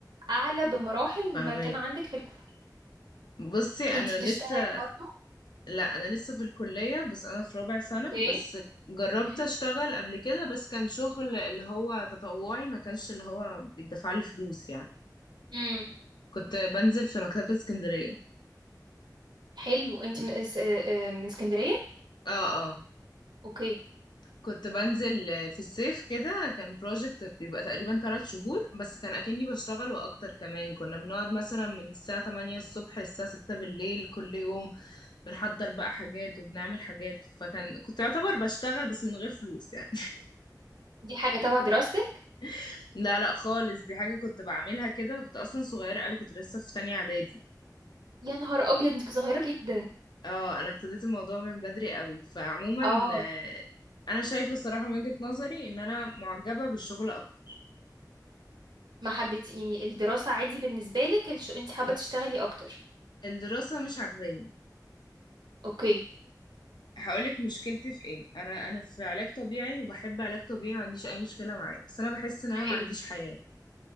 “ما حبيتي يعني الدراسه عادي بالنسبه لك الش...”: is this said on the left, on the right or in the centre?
Right